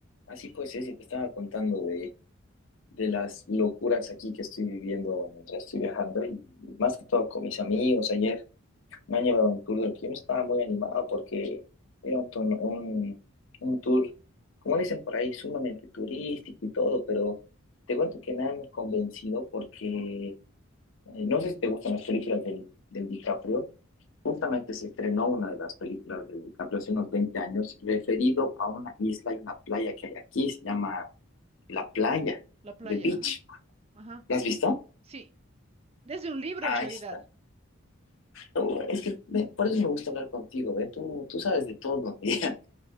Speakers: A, on the left; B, on the right.
A: Así pues, es, y te estaba contando de, de las locuras aquí que estoy viviendo mientras estoy viajando y más que todo con mis amigos. Ayer me han llevado a un tour del que yo no estaba muy animado porque era un, tono- un, un tour, como dicen por ahí, sumamente turístico y todo, pero te cuento que me han convencido porque eh, no sé si te gustan las películas del, del DiCaprio. Justamente se estrenó una de las películas del DiCaprio hace unos 20 años referido a una isla y una playa que hay aquí, se llama la playa,
B: La playa,
A: the beach.
B: ajá, ajá.
A: ¿La has visto?
B: Sí, desde un libro
A: Ahí
B: en realidad.
A: está. Oh, es que me- por eso me gusta hablar contigo, ¿ve? Tú, tú sabes de todo. <laughs> ya.